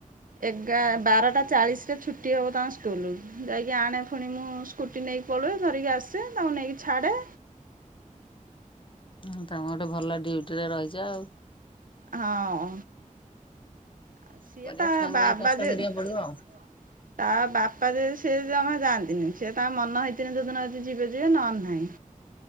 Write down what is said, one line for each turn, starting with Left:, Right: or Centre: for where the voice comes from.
Right: ଏଗା ବାରଟା ଚାଳିଶରେ ଛୁଟି ହେବ ତାଙ୍କ ସ୍କୁଲରୁ ଯାଇକି ଆଣେ ଫୁଣି ମୁଁ ସ୍କୁଟି ନେଇକି ପଳୁଏ ଧରିକି ଆସେ ତାଙ୍କୁ ନେଇକି ଛାଡ଼େ।
Left: ହଁ ତମେ ଗୋଟେ ଭଲ ଡ୍ୟୁଟିରେ ରହିଛ ଆଉ।
Right: ହଁ। ଆଉ ସିଏ
Left: କରିବା
Right: ତା
Left: ଛୁଆଙ୍କ
Right: ବାବା
Left: ପାଇଁ କଷ୍ଟ
Right: ଯେ
Left: କରିବାକୁ
Right: ତା
Left: ପଡିବ ଆଉ।
Right: ବାପା ଯେ ସେଏ ଜମା ଯାଆନ୍ତିନି ସେ ତାଙ୍କ ମନ ହେଇଥିଲେ ଯଉ ଦିନ ଯଦି ଯିବେ ଯିବେ ନହଲେ ନାହିଁ।